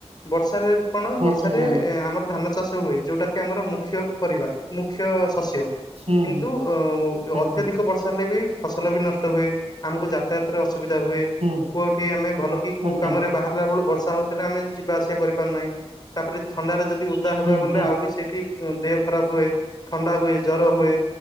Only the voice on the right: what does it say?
ହୁଁ
ଆଜ୍ଞା
ହୁଁ
ହୁଁ
ଆଜ୍ଞା
ହୁଁ
ଆଜ୍ଞା
ହୁଁ
ହୁଁ